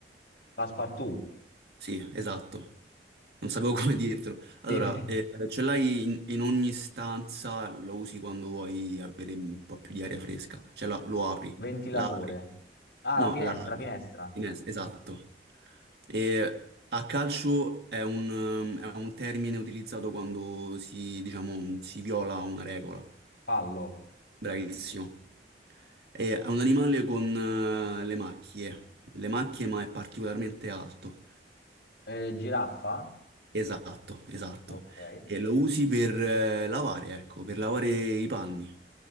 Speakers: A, on the left (about 65°); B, on the right (about 65°).
A: Passepartout.
B: Sì, esatto. Non sapevo <laughs> come dirtelo. Allora,
A: Sì. <laughs>
B: eh, ce l'hai in, in ogni stanza, lo usi quando vuoi avere un po' più di aria fresca. Cioè, la- lo apri,
A: Ventilatore.
B: la apri.
A: Ah,
B: No,
A: la finestra,
B: la apri.
A: finestra.
B: Fines- esatto. E a calcio è un, ehm, è un termine utilizzato quando si, diciamo, si viola una regola.
A: Fallo.
B: Bravissimo. È un animale con eh, le macchie. Le macchie, ma è particolarmente alto.
A: Eh, giraffa.
B: Esatto, esatto.
A: Ok.
B: E lo usi per eh, lavare, ecco, per lavare i panni.